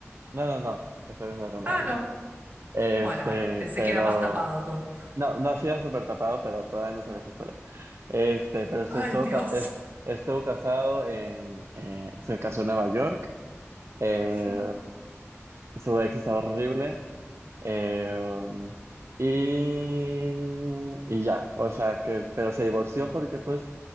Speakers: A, on the right (about 60°); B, on the right (about 40°).
A: no, no, no, estoy pensando en nombre.
B: Ah, no.
A: Este,
B: Bueno, bueno, pensé
A: pero,
B: que era más tapado todo.
A: no, no hacía súper tapado, pero todavía no sabía su historia. Este, pero se
B: Ay,
A: estuvo,
B: Dios.
A: ca- es- estuvo casado en, eh, se casó en Nueva York, eh,
B: Sí.
A: su ex estaba horrible, eh, y, y ya, o sea, que, pero se divorció porque pues